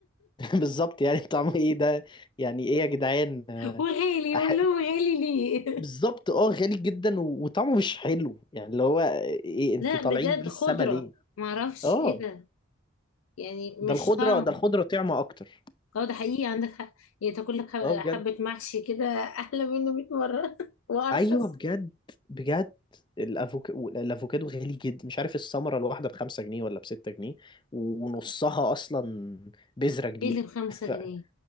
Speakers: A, on the left (about 20°); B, on the left (about 85°).
A: <laughs> بالظبط يعني طعمه ايه ده يعني ايه يا جدعان آه،
B: <laughs> وغالي
A: أح...
B: اقول لهم غالي ليه
A: بالظبط اه غالي جدا و... وطعمه مش حلو يعني اللي هو ايه إيه،
B: <laughs>
A: انتوا
B: لا
A: طالعين
B: بجد
A: بيه السما
B: خضره
A: ليه
B: معرفش
A: اه
B: ايه ده يعني
A: ده
B: مش
A: الخضره
B: طعم
A: ده الخضره طعمه اكتر
B: اه ده حقيقي عندك حق يعني تاكل لك ح-
A: اه بجد
B: حبه محشي كده <laughs> احلى منه 100 مره <laughs> وارخص
A: ايوه بجد بجد الافوكادو الافوكادو غالي جدا مش عارف الثمره الواحده بخمسة جنيه ولا بستة جنيه ونصها اصلا بذره كبيره
B: ايه اللي بخمسة
A: <laughs>
B: جنيه